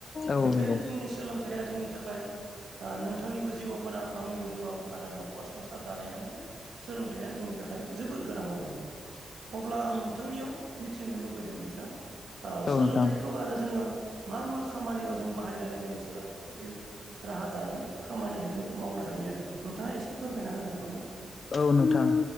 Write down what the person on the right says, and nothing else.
बेखायनो
जोंनि सोलोंथाइया जोंनि थाखाय नोंथांनिबो जिउआव गोनां आंनिबो जिउआव आरो न'खर संसार दानायानो सोलोंथाइया जोंनि थाखाय जोबोर गोनां आरो। अब्ला आं नोंथांनियाव मिथिनो लुबैदों नोंथां ओ
सोलोंथाइखौ
आरो जोङो मा मा खामानियाव जों बाहायनानै जों सोलोंथाइखौ जिउ राहा दानायाव खामानि होनो मावनो हायो आरो नोंथाङा एसे फोरमायना होनो हागोन ना?